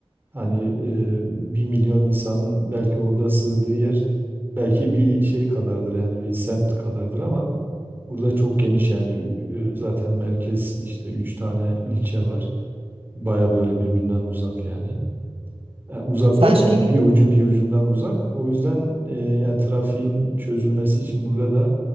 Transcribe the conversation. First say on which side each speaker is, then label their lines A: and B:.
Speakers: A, on the right; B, on the right.
A: hani e, bir milyon insanın belki orada sığdığı yer belki bir şey kadardır yani bir semt kadardır ama burada çok geniş yani Ü- ü- zaten merkez işte üç tane ilçe var. Baya böyle birbirinden uzak yani. E, Uzak
B: Sen
A: derken
B: şeyi biliyor,
A: bir ucu bir ucundan uzak. O yüzden e, yani trafiğin çözülmesi için burada da